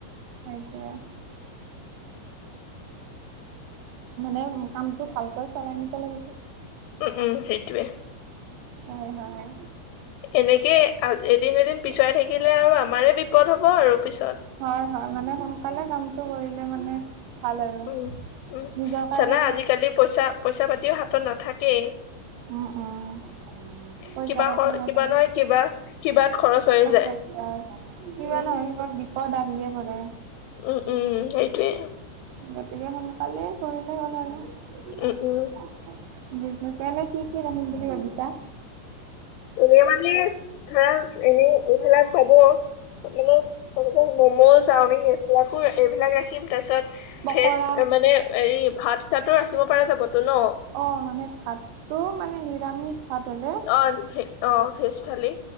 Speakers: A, on the right (about 80°); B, on the left (about 85°).
A: সেইটোয়ে। মানে কামটো ভালকৈ চলাই নিব লাগিব,
B: উম উম সেইটোৱে
A: হয়, হয়।
B: এনেকে আ এদিন-এদিন পিছুৱাই থাকিলে আৰু আমাৰে বিপদ হ'ব আৰু পিছত।
A: হয় হয় মানে সোনকালে কামটো কৰিলে মানে ভাল আৰু
B: উম, উম
A: নিজৰ কাৰণেই
B: জানা
A: ভাল
B: আজিকালি পইচা পইচা পাতিও হাতত নাথাকেই।
A: উম, উম।
B: <inaudible>
A: পইচা
B: কিবা
A: পাতিও নাথাকে
B: কিবা নহয় কিবা কিবাত খৰচ হৈ যায়
A: হৈছে হয় কিবা
B: উম।
A: নহয় কিবা বিপদ আহিয়ে পৰে।
B: উম, উম সেইটোৱে।
A: গতিকে সোনকালেই কৰিলে হ'ল আৰু। বিজনেচ
B: উম উম
A: এনে কি কি ৰািম বুলি ভাবিছা?
B: এনে মানে ধৰা এনেই এইবিলাক পাব মানে তেনেকে ম'ম' চাওমিন এবিলাকো এইবিলাক ৰাখিম তাৰপিছত
A: পকৰা
B: ফেজ মানে হৰি ভাত চাতো ৰাখিব পৰা যাবতো ন।
A: অ', মানে ভাতটো মানে নিৰামিষ ভাত হ'লে
B: অ ভে- অ', ভেজ থালি।